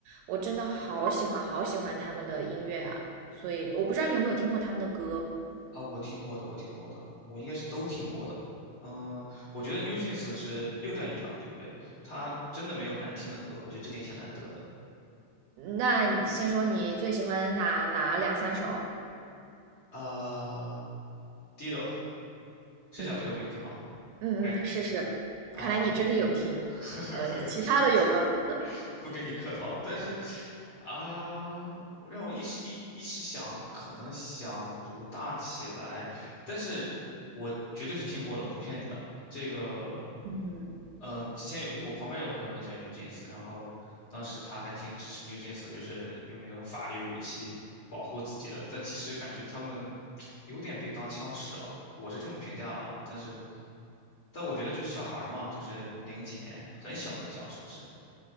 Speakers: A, on the right; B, on the left.
A: 我真的好喜欢好喜欢他们的音乐啊。所以我不知道你有没有听过他们的歌。
B: 啊！我听过的，我听过的，我应该是都听过的。嗯，我觉得 NewJeans 是六代女团，对不对？她真的没有难听的歌，我觉得这点挺难得的。
A: 那先说你最喜欢哪哪两三首？
B: 啊 d i d o 是叫这个名字吗？
A: 嗯嗯嗯，
B: 还
A: 是是，
B: 啊
A: 看来你真的有听。
B: <laughs>
A: 呃，其他的有吗？
B: 不不跟你客套，但是啊，让我一时一一时想，可能想不大起来，但是我绝对是听过的，不骗你的。这个，
A: 嗯，
B: 嗯、之前有我旁边有朋友很喜欢 New Jeans，然后当时他还挺支持 New Jeans，就是用那个法律武器保护自己的，但其实感觉他们 <tsk> 有点被当枪使了。我是这么评价的啊，但是但我觉得就是小孩儿嘛，就是零几年，很小很小，是不是？